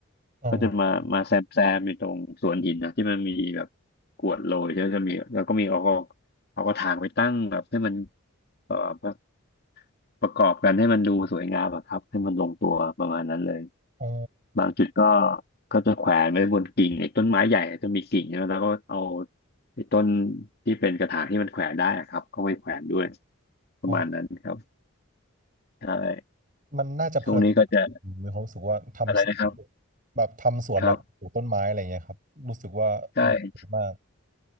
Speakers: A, on the right; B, on the left.
A: อ๋อ
B: ก็จะมามาแซมแซมอยู่ตรงสวนหินนะที่มันมีแบบกรวดโรยแล้วจะมีแล้วก็มีเอาเอาเอากระถางไปตั้งแบบให้มันเอ่อประประกอบกันให้มันดูสวยงามอะครับให้มันลงตัวประมาณนั้นเลย
A: อ๋อ
B: บางจุดก็ก็จะแขวนไว้บนกิ่งไอ้ต้นไม้ใหญ่จะมีกิ่งนะแล้วก็เอาไอ้ต้นที่เป็นกระถางที่มันแขวนได้อะครับเข้าไปแขวนด้วยประมาณนั้นครับ
A: อ๋อ
B: ใช่
A: มันน่าจะเพลิน
B: ช่วงนี้ก็จะ
A: ผมมีความรู้สึกว่าทำสวน
B: อะไรนะครับ
A: แบบทำสวนแล้วก็ปลูกต้นไม้อะไรเงี้ยครับรู้สึกว่าดูดีมาก
B: ครับใช่